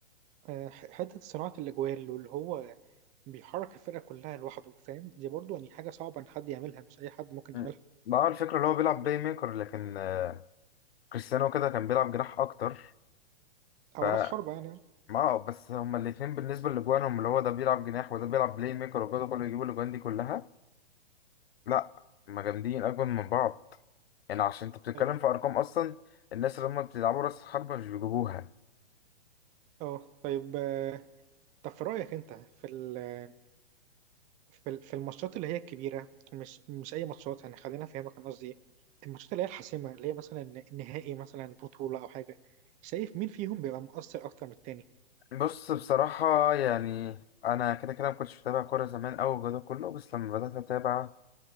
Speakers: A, on the right; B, on the left.
A: آه، ح- حتة صناعة الأجوال واللي هو بيحرك الفرقة كلها لوحده فاهم دي برضو يعني حاجة صعبة إن حد يعملها مش أي حد ممكن
B: م.
A: يعملها
B: ما هو الفكره اللي هو بيلعب بلاي ميكر لكن آه، كريستيانو كده كان بيلعب جناح اكتر
A: أو
B: ف
A: رأس حربة يعني
B: ما هو بس هما الاثنين بالنسبة لجوانهم اللي هو ده بيلعب جناح وده بيلعب بلاي ميكر وجوده كله بيجيب الاجوان دي كلها لا هما جامدين اجمل من بعض يعني عشان انت بتتكلم
A: طيب
B: في ارقام اصلا الناس اللي هما بتلعبوا راس حربة مش بيجيبوها
A: أه طيب آه، طب في رأيك أنت في ال- في ال- في الماتشات اللي هي الكبيرة مش مش أي ماتشات يعني خلينا أفهمك أنا قصدي إيه الماتشات اللي هي الحاسمة اللي هي مثلا النهائي مثلا بطولة أو حاجة شايف مين فيهم بيبقى مؤثر أكتر من التاني؟
B: بص بصراحة يعني انا كده كده ما كنتش بتابع كورة زمان اوي الجو ده كله بس لما بدأت اتابع